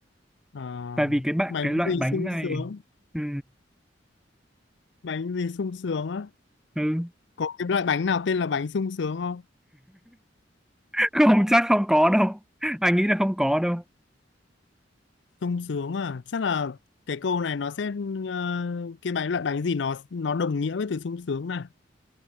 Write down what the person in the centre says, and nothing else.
tại vì cái bạn
cái loại
bánh
này
ừ,
ừ.
<laughs> không chắc không có đâu anh nghĩ là không có đâu